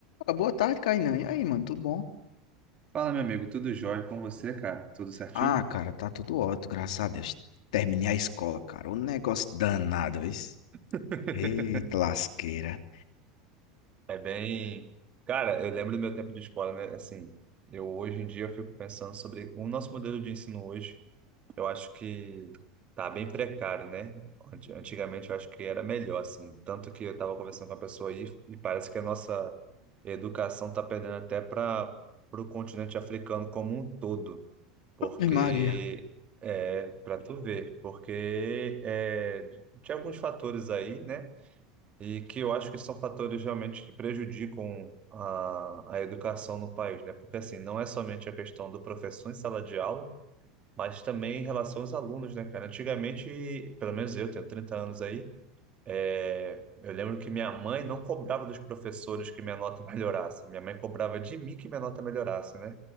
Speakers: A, on the left (about 80°); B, on the right (about 30°).
A: Ah, Boa tarde, Kainan. E aí, mano, tudo bom?
B: Fala, meu amigo, tudo jóia com você, cara? Tudo certinho?
A: Ah, cara, tá tudo ótimo, graças a Deus. Terminei a escola, cara. Um negócio danado, isso.
B: <laughs>
A: Eita, lasqueira.
B: É bem. Cara, eu lembro do meu tempo de escola, né? Assim, eu hoje em dia eu fico pensando sobre o nosso modelo de ensino hoje. Eu acho que tá bem precário, né? Anti- Antigamente eu acho que era melhor, assim. Tanto que eu tava conversando com uma pessoa aí e parece que a nossa educação tá perdendo até para o continente africano como um todo. Porque
A: Ave Maria.
B: é para tu ver, porque é, tinha alguns fatores aí, né? E que eu acho que são fatores realmente que prejudicam a, a educação no país, né? Porque assim, não é somente a questão do professor em sala de aula, mas também em relação aos alunos, né, cara? Antigamente, pelo menos eu tenho 30 anos aí. É, eu lembro que minha mãe não cobrava dos professores que minha nota melhorasse. Minha mãe cobrava de mim que minha nota melhorasse, né?